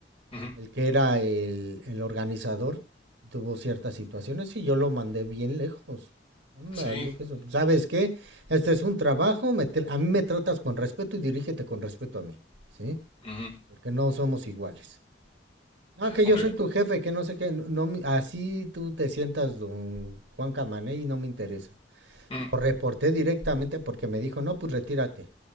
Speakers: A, on the left; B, on the right.
A: ujú,
B: el que era el, el organizador tuvo ciertas situaciones y yo lo mandé bien lejos. Me
A: sí,
B: valió que eso. ¿Sabes qué? Este es un trabajo, me tr- a mí me tratas con respeto y dirígete con respeto a mí, ¿sí?
A: ujú,
B: Porque no somos iguales. No, que
A: hombre,
B: yo soy tu jefe, que no sé qué, no, no me- así tú te sientas don Juan Camané y no me interesa.
A: mm,
B: Lo reporté directamente porque me dijo, no, pues retírate.